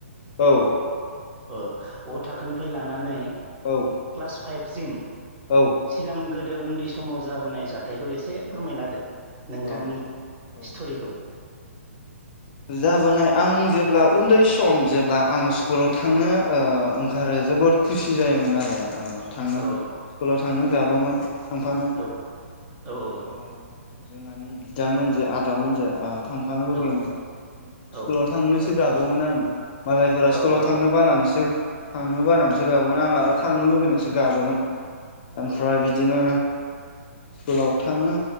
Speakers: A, on the left; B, on the right.
A: औ
B: ओ अ थाखोनिफ्राय लानानै
A: औ
B: क्लास फाइभसिम
A: औ
B: सिगां गोदो उन्दै समाव जाबोनाय जाथायखौ एसे फोरमायना होदो। नोंथांनि
A: औ औ
B: सिथरिखौ
A: जाबोनाय आं जेब्ला उन्दै सम जेब्ला आङो स्कुलाव थांनो ओ ओंखारो। जोबोद खुसि जायोमोन आरो ओ थांनो
B: औ
A: स्कुलाव थांनो गाबोमोन थांफानो
B: औ औ औ
A: ओ जोंहानि बिदामोनजो आदामोनजो ओ थांफानो लुगैयोमोन
B: औ औ
A: स्कुलाव थांनो सै सोगाबोमोन <unintelligible> आङो मालायफोरा
B: औ
A: स्कुलाव
B: औ
A: थांनो बानानैसो थांनो बानानैसो गाबोमोन आं आरो थांनो लुगैनासो गाबोमोन
B: औ
A: ओमफ्राय बिदिनो स्कुलाव थाङो